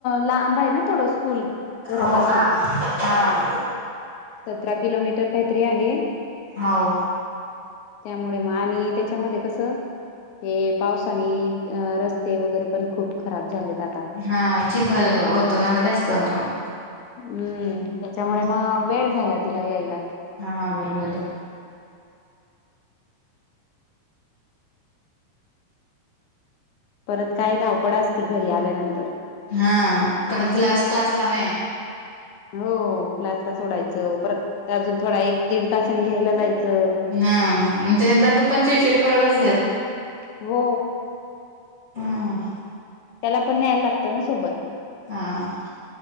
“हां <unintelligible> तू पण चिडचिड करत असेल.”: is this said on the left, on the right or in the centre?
Left